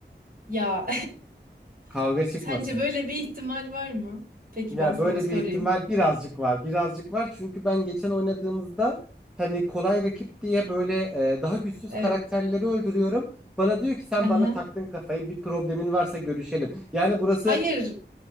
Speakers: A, on the right; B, in the centre.
A: Ya
B: Kavga
A: <laughs>
B: çıkmasın.
A: sence böyle bir ihtimal var mı? Peki
B: Ya
A: ben sana
B: böyle
A: sorayım.
B: bir ihtimal birazcık var. Birazcık var çünkü ben geçen oynadığımızda hani kolay rakip diye böyle e, daha güçsüz
A: Evet.
B: karakterleri öldürüyorum. Bana diyor ki sen
A: Aha.
B: bana taktın kafayı bir problemin varsa görüşelim. Yani burası
A: Hayır,